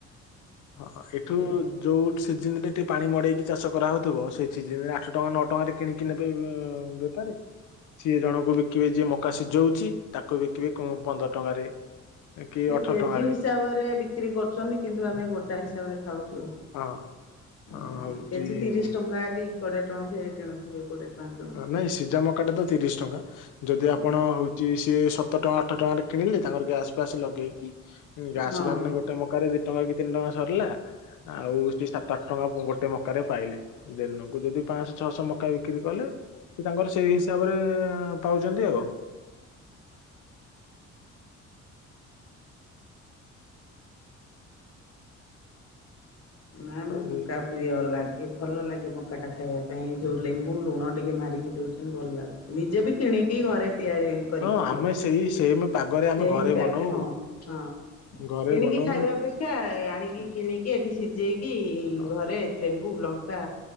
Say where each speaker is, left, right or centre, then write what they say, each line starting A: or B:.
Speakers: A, on the left (about 80°); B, on the left (about 55°).
A: ହଁ ଏଠୁ
B: ଆଉ
A: ଯୋଉ ସିଜିନ ରେ ଟିକେ ପାଣି ମଡେଇକି ଚାଷ କରାହଉଥିବ ସେ ସିଜିନରେ ଆଠ ଟଙ୍କା ନଅ ଟଙ୍କାରେ କିଣିକି ନେବେ ବେପାରୀ। ସିଏ ଜଣଙ୍କୁ ବିକିବେ ଯିଏ ମକା ସିଝଉଛି ତାକୁ ବିକିବେ ପନ୍ଦର ଟଙ୍କାରେ। କି
B: ସେ
A: ଅଠର
B: କେଜିି
A: ଟଙ୍କାରେ
B: ହିସାବରେ ବିକ୍ରି କରୁ କିନ୍ତୁ ଆମେ ଗୋଟା ହିସାବ ରେ ଖାଉଛୁ
A: ହଁ ହଁ,
B: <inaudible>
A: ହଉଛି
B: କେଜି ତିରିଶ ଟଙ୍କା। କୋଡିଏ ଟଙ୍କା କିଣୁଥିବେ କୋଡିଏ ଟଙ୍କା। କିଣୁଥିବେ।
A: ନାଇଁ ସିଝା ମକାଟେ ତ ତିରିଶ ଟଙ୍କା ଯଦି ଆପଣ
B: ହଁ
A: ହଉଛି ସିଏ ସତ ଟଙ୍କା ଆଠ ଟଙ୍କାରେ କିଣିଲି ତାଙ୍କର ଗ୍ୟାସ୍ ଫ୍ୟାସ୍ ଲଗେଇକି ଗ୍ୟାସ
B: ହଁ ହଁ।
A: ଧରିଲେ ଗୋଟେ ମକାରେ ଦି ଟଙ୍କା କି ତିନି ଟଙ୍କା ସରିଲା ଆଉ ସ୍ତି ସ୍ଟାଟକ। ଟଙ୍କା ଗୋଟେ ମକାରେ ପାଇଲେ ଦିନକୁ ଯଦି ପାଞ୍ଚଶହ ଛଅଶହ ମକା ବିକ୍ରି କଲେ। ସେ ତାଙ୍କର ସେଇ ହିସାବରେ ପାଉଛନ୍ତି ଆଉ। <inaudible>
B: ନାଇ
A: ତ
B: ମ
A: ଏଇ-
B: ମକା ପ୍ରିୟ ଲାଗେ ଭଲ ଲାଗେ। ମକା ଟା ଖାଇବା ପାଇଁ ଯୋଉ ଲେମ୍ବୁ ଲୁଣ ଟିକେ ମାରିକି ଦଉଛନ୍ତି ଭଲ ଲାଗୁଛି ନିଜେ ବି କିଣିକି ଘରେ। ତିଆରି କରିକି
A: ହଁ
B: ଖାଉଛ
A: ଆମେ ସେଇ ସେମ୍
B: <inaudible>
A: ପାଗରେ ଆମେ
B: ସେଇମତି
A: ଘରେ ବନଉ
B: ଆଗେ ହଁ ହଁ
A: ଘରେ
B: କିଣିକି
A: ବନଉ
B: ଖାଇବା ଅପେକ୍ଷା ଆଣିକି
A: ହଁ
B: କିଣିକି ଏଠି ସିଝେଇକି
A: ହଁ।
B: ଘରେ ଲେମ୍ବୁ ଲଙ୍କା।